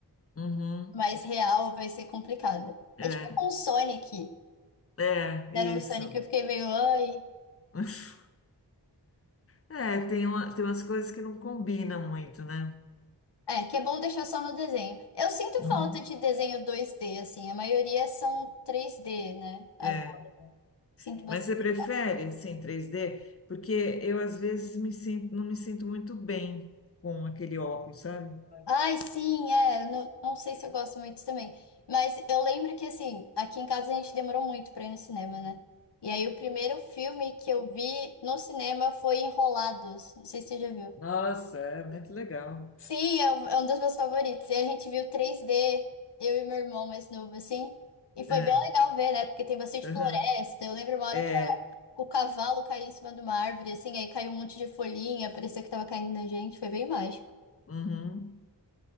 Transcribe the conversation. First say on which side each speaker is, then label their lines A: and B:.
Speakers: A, on the left; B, on the left.
A: Uhum,
B: mais real vai ser complicado.
A: é,
B: É tipo com o Sonic.
A: é,
B: Deram
A: isso.
B: o Sonic, eu fiquei meio, ai.
A: <laughs> É, tem uma, tem umas coisas que não combinam muito, né?
B: É, que é bom deixar só no desenho. Eu sinto
A: Uhum,
B: falta de desenho 2D, assim. A maioria são 3D, né? A-
A: é.
B: Sinto bastante.
A: Mas você prefere sem 3D? Porque eu às vezes me sinto, não me sinto muito bem com aquele óculos, sabe?
B: Ai, sim, é. eu Não, não sei se eu gosto muito também. Mas eu lembro que, assim, aqui em casa a gente demorou muito pra ir no cinema, né? E aí o primeiro filme que eu vi no cinema foi Enrolados. Não sei se você já viu.
A: Nossa, é muito legal.
B: Sim, é um é um dos meus favoritos. E a gente viu 3D, eu e meu irmão mais novo, assim. E foi
A: É,
B: bem legal ver, né? Porque tem bastante
A: aham,
B: floresta. Eu lembro uma hora
A: é,
B: que o cavalo caiu em cima de uma árvore, assim, aí caiu um monte de folhinha, parecia que tava caindo na gente, foi bem mágico.
A: uhum.